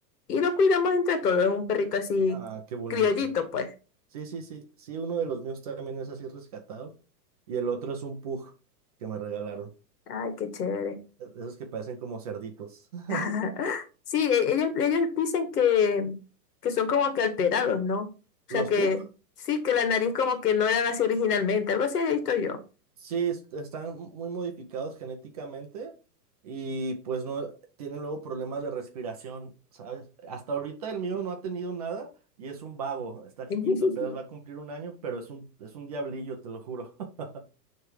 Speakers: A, on the left; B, on the right.
A: y lo cuidamos entre todos. Es un perrito así
B: Ah, qué bonito.
A: criollito, pues.
B: Sí, sí, sí, sí, uno de los míos también es así rescatado y el otro es un pug que me regalaron,
A: Ay, qué chévere.
B: e- esos que parecen como cerditos. <laughs>
A: <laughs> Sí, e- ellos, ellos dicen que, que son como que alterados, ¿no? O sea
B: ¿Los
A: que
B: pug?
A: sí, que la nariz como que no eran así originalmente. Algo así he visto yo.
B: Sí, est- están muy modificados genéticamente y pues no tienen luego problemas de respiración, ¿sabes? Hasta ahorita el mío no ha tenido nada y es un vago, está chiquito,
A: <laughs>
B: apenas va a cumplir un año, pero es un, es un diablillo, te lo juro. <laughs>